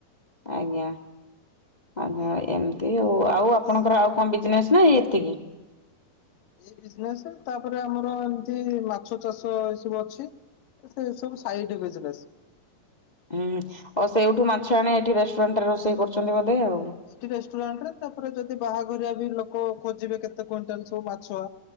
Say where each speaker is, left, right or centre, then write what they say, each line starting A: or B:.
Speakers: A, on the left; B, on the left.
A: ଆଜ୍ଞା। ଆଜ୍ଞା ଏମିତି ଆଉ ଆଉ ଆପଣଙ୍କର ଆଉ କଣ ବିଜନେସ ନାଁ ଏତିକି?
B: ଏ ବିଜନେସ ତାପରେ ଆମର ଏମତି ମାଛ ଚାଷ ଏ ସବୁ ଅଛି । ସେ ସବୁ ସାଇଡ ବିଜନେସ୍ ।
A: ହୁଁ ଆ ସେଇଠୁ ମାଛ ଆଣେ ଏଠି ରେଷ୍ଟୁରାଣ୍ଟ ରେ ରୋଷେଇ କରୁଛନ୍ତି ବୋଧେ ଆଉ।
B: ଏଇଠି ରେଷ୍ଟୁରାଣ୍ଟ ରେ ତାପରେ ଯଦି ବାହାଘର ଲୋକ ଖୋଜିବେ କେତେ କୁଇଣ୍ଟାଲ ସବୁ ମାଛ